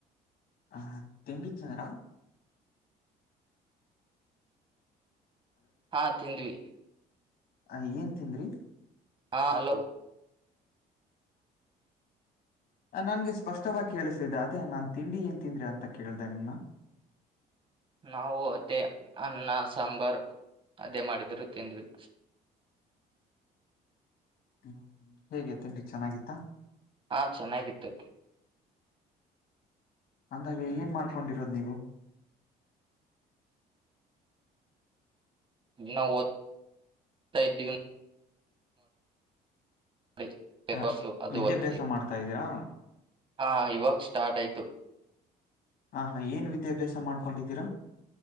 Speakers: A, on the left; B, on the right.
A: ಆ ತಿಂಡಿ ಚಂದ್ರ
B: ಹಾ ತಿಂದ್ವಿ
A: ಅ ಏನ್ ತನ್್ರಿ
B: ಹಾ ಹಲೋ
A: ನನ್ಗೆ ಸ್ಪಷ್ಟವಾಗಿ ಕೇಳಿಸತಿದೆ ಅದೇ ನಾನ್ ತಿಂಡಿ ಏನ್ ತಿಂದ್ರಿ ಅಂತ ಕೇಳ್ದ ನಿಮ್ನಾ
B: ನಾವು ಅದೇ ಅನ್ನ ಸಾಂಬಾರ್ ಅದೇ ಮಾಡಿದರೂ ತಿಂದ್ವಿ
A: ಹ್ಮ್ ಹೇಗೆ ತಿಂಡಿಕ್ ಚೆನ್ನಾಗಿತ್ತ
B: ಹಾ ಚೆನ್ನಾಗಿತ್ತು
A: ಅಂದಾಗೆ ಏನ್ ಮಾಡ್ಕೊಂಡಿರೋದ್ ನೀವು
B: ನಾವುತ ಇದೀವಿ ನೋಡಿ
A: ಹ
B: ಅದು
A: ವಿದ್ಯಾಭ್ಯಾಸ
B: ಓದ್ತಿದೀವಿ
A: ಮಾಡ್ತಾ ಇದೀರಾ
B: ಹಾ ಇವಾಗ ಸ್ಟಾರ್ಟ್ ಆಯ್ತು
A: ಆಹಾ ಏನ್ ವಿದ್ಯಾಭ್ಯಾಸ ಮಾಡ್ಕೊಂಡಿದ್ದೀರಾ